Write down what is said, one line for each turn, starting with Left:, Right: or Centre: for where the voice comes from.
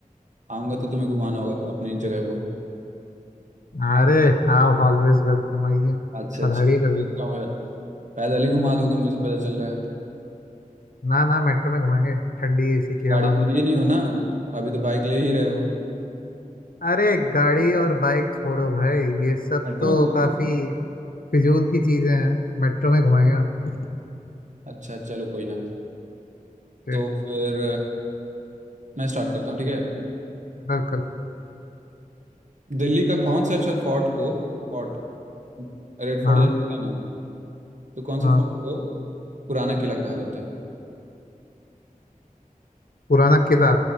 Right: आऊंगा तो तुम्हें घुमाना होगा तो अपनी जगह को
Left: अरे आप ऑलवेज वेलकम आइए
Right: अच्छा
Left: पधारिए
Right: अच्छा
Left: कभी
Right: जीतता हूँ यार पैदल ही घुमा दोगे मुझे पता चल रहा है
Left: ना ना मेट्रो में घुमाएंगे ठंडी एसी की
Right: गाड़ी
Left: हवा
Right: तो
Left: में
Right: लिए नहीं हो ना अभी तो बाइक ले ही रहे हो
Left: अरे गाड़ी और बाइक छोड़ो भाई ये सब
Right: हटके
Left: तो
Right: में घुमा
Left: काफी फिजूल की चीजें हैं मेट्रो में घुमाएंगे आपको
Right: अच्छा चलो कोई ना
Left: ये
Right: तो फिर मैं स्टार्ट करता हूँ ठीक है
Left: बिल्कुल
Right: दिल्ली का कौन सा अच्छा फोर्ट को फोर्ट रेड फोर्ट
Left: हाँ
Right: जैसे का नाम तो कौन से
Left: हाँ
Right: फोर्ट को पुराना किला कहा जाता है
Left: पुराना किला